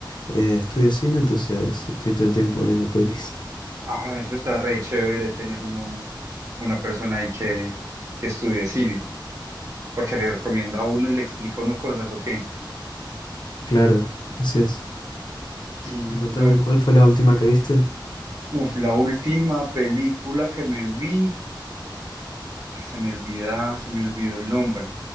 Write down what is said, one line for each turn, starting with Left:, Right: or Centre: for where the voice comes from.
Left: eh, estudia cine, entonces estoy todo el tiempo viendo pelis.
Right: Ah, eso está re chévere tener uno, una persona ahí que, que estudie cine, porque le recomienda a uno y le explica a uno cosas, ¿o qué?
Left: Claro, así es.
Right: Sí,
Left: Y Contame,
Right: yo,
Left: ¿cuál fue la última que viste?
Right: uf, la última película que me vi, ay, se me olvida, se me olvidó el nombre,